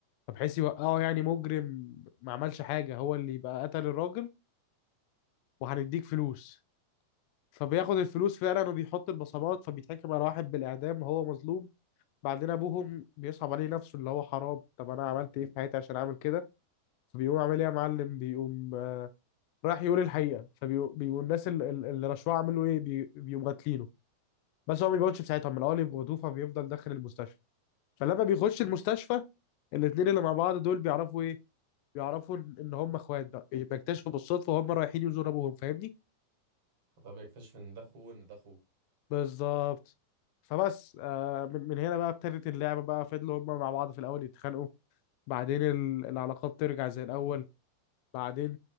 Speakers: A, on the left; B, on the right.
A: فبحيث يوقعه يعني مجرم ما عملش حاجة هو اللي يبقى قتل الراجل وهنديك فلوس فبياخد الفلوس فعلا وبيحط البصمات فبيتحكم على واحد بالإعدام وهو مظلوم بعدين أبوهم بيصعب عليه نفسه اللي هو حرام طب أنا عملت إيه في حياتي عشان أعمل كده فبيقوم عامل إيه يا معلم بيقوم آه، راح يقول الحقيقة فبيقوم الناس ال- ال- اللي رشوه عملوا إيه بي- بيقوم قاتلينه بس هو ما بيموتش في ساعتها من الأول يبقى فبيفضل داخل المستشفى فلما بيخش المستشفى الاتنين اللي مع بعض دول بيعرفوا إيه بيعرفوا ان إن هم اخوات بقى يعني بيكتشفوا بالصدفه وهم رايحين يزوروا ابوهم فاهمني
B: طب يكتشف ان ده اخوه ان ده اخوه
A: بالظبط فبس آه من من هنا بقى ابتدت اللعبه بقى فضلوا هم مع بعض في الاول يتخانقوا بعدين ال- العلاقات ترجع زي الاول بعدين